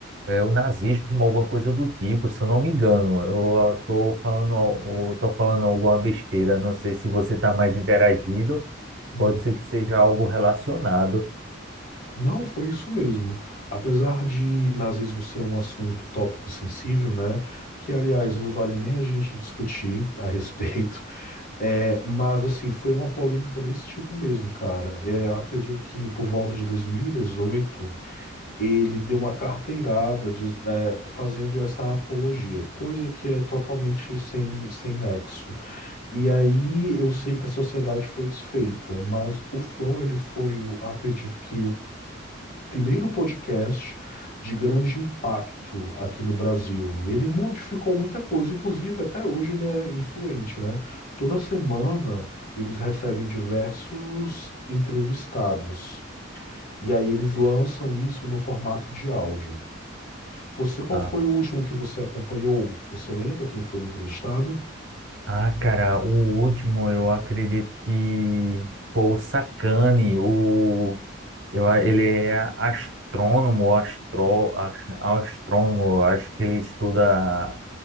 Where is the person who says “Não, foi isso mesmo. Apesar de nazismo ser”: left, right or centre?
Left